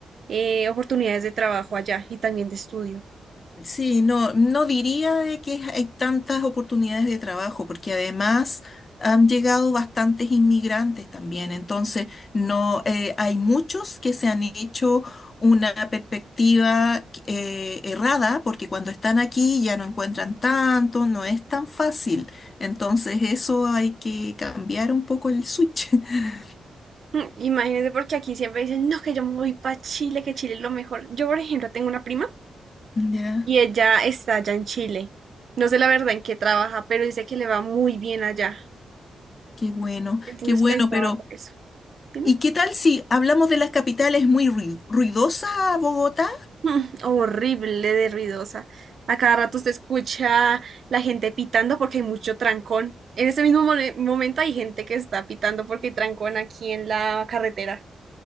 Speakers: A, on the right; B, on the left.
A: eh, oportunidades de trabajo allá y también de estudio.
B: Sí, no, no diría de que hay tantas oportunidades de trabajo, porque además han llegado bastantes inmigrantes también. Entonces, no, eh, hay muchos que se han hecho una perspectiva eh, errada, porque cuando están aquí ya no encuentran tanto, no es tan fácil. Entonces, eso hay que cambiar un poco el switch. <laughs>
A: Mm, Imagínense porque aquí siempre dicen, no, que yo me voy para Chile, que Chile es lo mejor. Yo, por ejemplo, tengo una prima
B: Ya,
A: y ella está allá en Chile. No sé la verdad en qué trabaja, pero dice que le va muy bien allá.
B: qué bueno,
A: Entonces
B: qué bueno,
A: pensaba
B: pero
A: por eso. Dime.
B: ¿y qué tal si hablamos de las capitales muy ruid- ruidosa Bogotá?
A: Mm, Horrible de ruidosa. A cada rato se escucha la gente pitando porque hay mucho trancón. En ese mismo mo- momento hay gente que está pitando porque hay trancón aquí en la carretera.